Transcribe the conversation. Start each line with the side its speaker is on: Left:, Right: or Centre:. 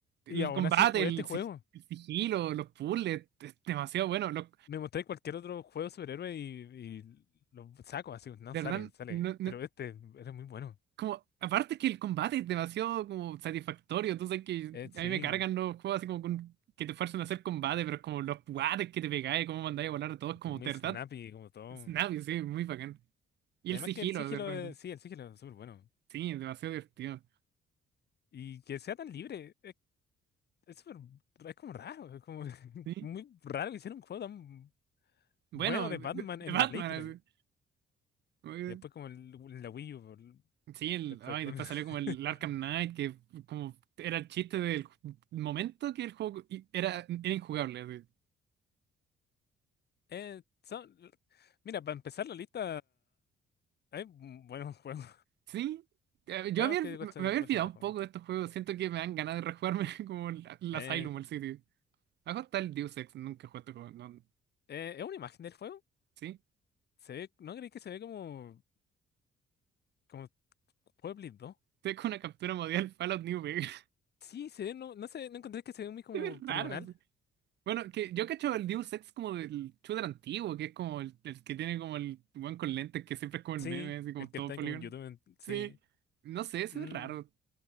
Right: El
Left: y aún
Right: combate,
Left: así jugué
Right: el,
Left: este juego,
Right: sig- el sigilo, los puzzles, es demasiado bueno. Los-
Left: me mostré cualquier otro juego de superhéroe y, y lo saco, así, no
Right: de
Left: sale,
Right: verdad,
Left: sale,
Right: no- no-
Left: pero este era muy bueno,
Right: como, aparte que el combate es demasiado como satisfactorio. Tú sabes que
Left: Eh, sí,
Right: a mí me cargan los juegos así como con- que te fuerzan a hacer combate, pero es como los guates que te pegáis, cómo mandáis a volar a todos, como,
Left: es muy
Right: de
Left: snappy,
Right: verdad,
Left: como todo,
Right: es nadie, sí, muy bacán. Y
Left: y
Right: el
Left: además
Right: sigilo,
Left: que el sigilo,
Right: de verdad,
Left: eh,
Right: como-
Left: sí, el sigilo es súper bueno,
Right: sí, es demasiado divertido.
Left: y que sea tan libre, es es súper, es como raro, es como <laughs>
Right: sí.
Left: muy raro que hiciera un juego tan
Right: Bueno,
Left: bueno de
Right: de,
Left: Batman
Right: de
Left: en
Right: Batman.
Left: la Play 3.
Right: así. Muy-
Left: Y después como el- la Wii U.
Right: Sí, el,
Left: Después
Right: ay,
Left: con...
Right: después
Left: <laughs>
Right: salió como el Arkham Knight, que como era el chiste del ju- momento que el juego i- era, era injugable. así.
Left: Eh, son... Mira, para empezar la lista, hay un- buenos juegos.
Right: Sí, eh,
Left: <laughs>
Right: yo
Left: Veamos
Right: había,
Left: qué cuál se
Right: me había
Left: cuál
Right: olvidado
Left: se bajó.
Right: un poco de estos juegos. Siento que me dan ganas de rejugarme <laughs> como el, el
Left: Eh,
Right: Asylum, el City. Abajo está el Deus Ex, nunca he jugado este juego. No,
Left: eh, ¿es una imagen del juego?
Right: sí,
Left: ¿Se ve... ¿No creéis que se ve como... como juego de Play 2?
Right: estoy con una captura mundial Fallout New Vegas.
Left: Sí, se ve... No, no sé, ¿no encontré que se
Right: <laughs>
Left: ve muy como
Right: Se ve raro.
Left: poligonal?
Right: Bueno, que yo cacho el Deus Ex como del shooter antiguo, que es como el, el que tiene como el weón con lentes, que siempre es como el
Left: Sí,
Right: meme, así como
Left: el que
Right: todo
Left: está
Right: polígono.
Left: en como en YouTube, en- sí.
Right: Sí, no sé, se
Left: Mm,
Right: ve raro.